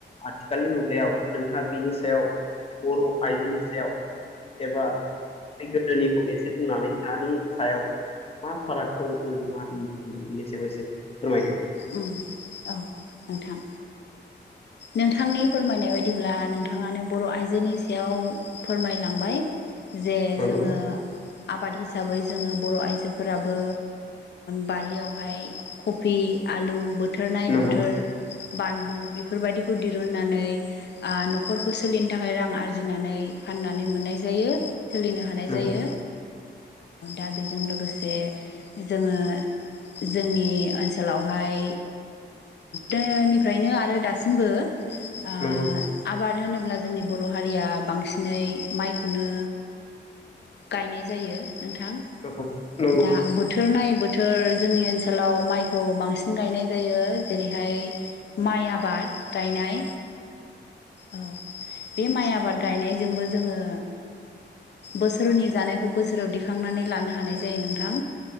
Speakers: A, on the left; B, on the left.
A: आथिखालनि मुगायाव नोंथाङा बिनि सायाव बर' आइजोनि सायाव एबा बे गोदोनिखौ एसे बुंनानै दानि सायाव मा फारागखौ नोंथाङा <unintelligible> बेनि सायाव एसे फोरमायदो
B: उ औ नोंथां नोंथांनि फोरमायनाय बायदिब्ला नोंथाङानो बर' आइजोनि सायाव फोरमायलांबाय जे
A: नंगौ
B: जोंङो आबाद हिसाबै जोंङो बर' आइजोफोराबो बारियावहाय कबि आलु बथोर बोथोरनाय
A: नंगौ
B: बोथोर बानलु बेफोरबायदिखौ दिरुननानै न'खरखौ सोलिनो थाखाय रां आरजिनानै फाननानै मोननाय जायो सोलिनो हानाय
A: नंगौ
B: जायो
A: नंगौ
B: दा बेजों लोगोसे जोंङो जोंनि ओनसोलावहाय गोदोनिफ्रायनो आरो दासिम दासिमबो
A: नंगौ नंगौ
B: आबाद होनोब्ला जोंनि बर' हारिया बांसिनै माइखौनो गायनाय जायो नोंथां
A: <unintelligible>
B: दा बोथोर नायै बोथोर जोंनि ओनसोलाव माइखौ बांसिन गायनाय जायो जेरैहाय माइ आबाद गायनाय औ बे माइ आबाद गायनायजोंबो जोंङो बोसोरनि जानायखौ बोसोराव दिखांनानै लानो हानाय जायो नों नोंथां